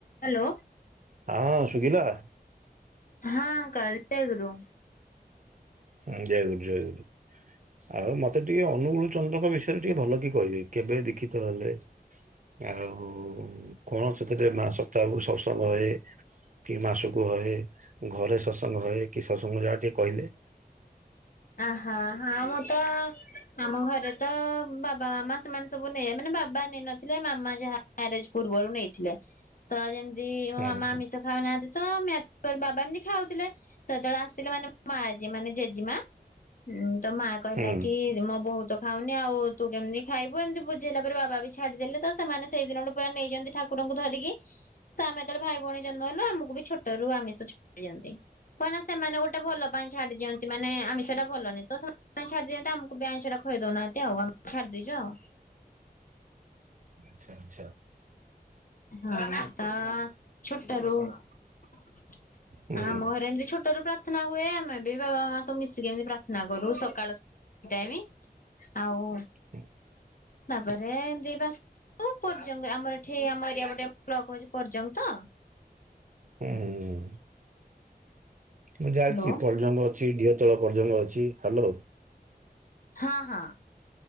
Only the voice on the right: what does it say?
ହଁ ସୁୁଗିଲା।
ହଁ ଜୟଗୁରୁ ଜୟଗୁରୁ। ଆଉ ମତେ ଟିକେ ଅନୁଗୁଳ ଚନ୍ଦ୍ରଙ୍କ ବିଷୟରେ ଟିକେ ଭଲ କି କହିବେ କେବେ ଦୀକ୍ଷିତ ହେଲେ? ଆଉ କଣ ସେଥିରେ ମା ସପ୍ତାହକୁ ସତ୍ସଙ୍ଗ ହେ କି ମାସକୁ ହଏ ଘରେ ସତ୍ସଙ୍ଗ ହଏ କି ସତ୍ସଙ୍ଗ ଯାହା ଟିକେ କହିଲେ
ହୁଁ
ହୁଁ।
ହୁଁ।
ଆଛା ଆଛା।
ହୁଁ।
ହଁ।
ହୁଁ। ମୁଁ
ଜାଣିଛି ପର୍ଜଙ୍ଗ ଅଛି ଢିଅ ତଳ ପର୍ଜଙ୍ଗ ଅଛି ହ୍ୟାଲୋ।